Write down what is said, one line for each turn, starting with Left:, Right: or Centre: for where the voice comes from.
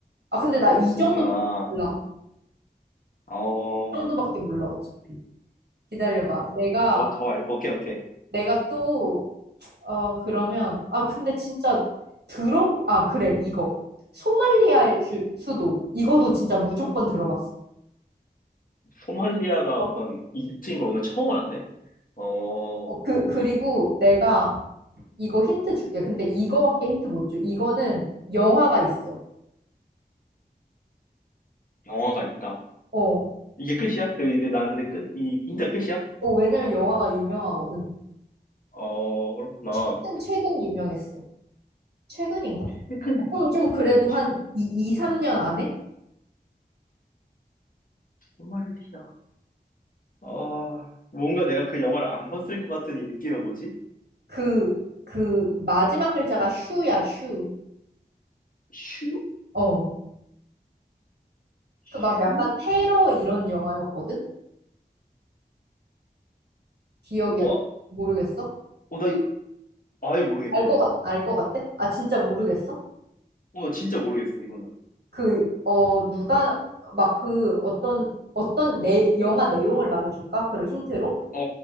Right: 아, 근데 나 이
Left: 그렇구나.
Right: 정도밖에 몰라.
Left: 어,
Right: 이 정도밖에 몰라, 어차피. 기다려봐. 내가,
Left: 더, 더 알, 오케이, 오케이.
Right: 내가 또, 어, 그러면, 아, 근데 진짜 들어, 아, 그래, 이거. 소말리아의
Left: 어.
Right: 주- 수도. 이거도 진짜 무조건 들어봤어.
Left: 소말리아가
Right: 어,
Left: 우선 이집트인 걸 오늘 처음 알았네? 어,
Right: 어, 그, 그리고 내가 이거 힌트 줄게. 근데 이거밖에 힌트 못 줘. 이거는 영화가 있어.
Left: 영화가 있다.
Right: 어,
Left: 이게 끝이야? 그, 이게 나한테 끝, 이, 인터 끝이야?
Right: 어, 왜냐면 영화가 유명하거든.
Left: 어, 그렇구나.
Right: 최근, 최근 유명했어. 최근인가?
Left: 최근에,
Right: 어, 그럼 좀 그래도
Left: 최,
Right: 한 2, 2, 3년 안에?
Left: 소말리아. 어, 뭔가 내가 그 영화를 안 봤을 것 같은 이 느낌은 뭐지?
Right: 그, 그 마지막 글자가 슈야, 슈.
Left: 슈?
Right: 어.
Left: 슈?
Right: 그 막 약간 테러 이런 영화였거든? 기억이
Left: 우와.
Right: 안, 모르겠어?
Left: 어, 나 이거 아예 모르겠는데?
Right: 알 것 같, 알 것 같아? 아, 진짜 모르겠어?
Left: 어, 나 진짜 모르겠어, 이거는.
Right: 그, 어, 누가, 막 그 어떤, 어떤 내, 영화 내용을 말해줄까? 그런 힌트로?
Left: 어,